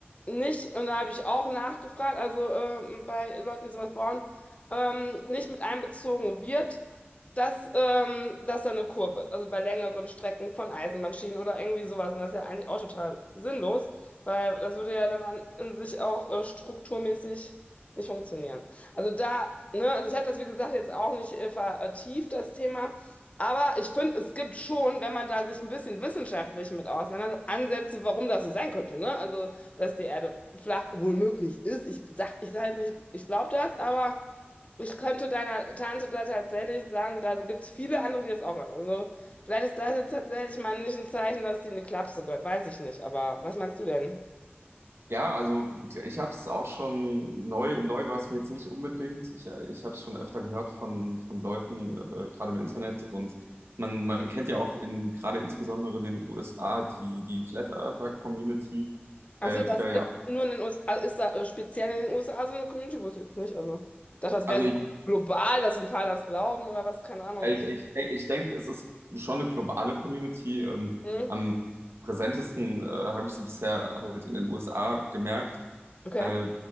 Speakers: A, on the left; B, on the right.
A: nicht, und da habe ich auch nachgefragt, also ähm, bei Leuten, die sowas bauen, ähm, nicht mit einbezogen wird, dass, ähm, dass da eine Kurve ist. Also bei längeren Strecken von Eisenbahnschienen oder irgendwie sowas. Und das ist ja eigentlich auch total sinnlos, weil das würde ja dann an, in sich auch äh, strukturmäßig nicht funktionieren. Also da, ne, also ich habe das, wie gesagt, jetzt auch nicht äh, vertieft, das Thema. Aber ich finde, es gibt schon, wenn man da sich ein bisschen wissenschaftlich mit auseinandersetzt, Ansätze, warum das so sein könnte. Ne? Also, dass die Erde flach wohl möglich ist. Ich sag, ich sage jetzt nicht, ich glaube das, aber ich könnte deiner Tante da tatsächlich sagen, da gibt es viele andere, die das auch glauben. Also, vielleicht ist das jetzt tatsächlich mal nicht ein Zeichen, dass die in die Klapse gehört. Weiß ich nicht. Aber was meinst du denn?
B: Ja, also ich habe es auch schon neu, neu war es mir jetzt nicht unbedingt. Ich, äh, ich habe es schon öfter gehört von, von Leuten, äh, gerade im Internet. Und man, man kennt ja auch in gerade insbesondere den USA die, die Flat Earther Community,
A: Also
B: äh, die
A: das
B: da ja.
A: gibt nur in den USA, also ist da äh, speziell in den USA so eine Community, wusste ich jetzt nicht. Also, ich dachte, das
B: Also
A: wäre so global, dass ein paar das glauben oder was, keine Ahnung.
B: Ich, ich, ich denke, es ist schon eine globale Community. Ähm,
A: Hm?
B: am präsentesten äh, habe ich sie bisher halt in den USA gemerkt.
A: Okay.
B: Äh,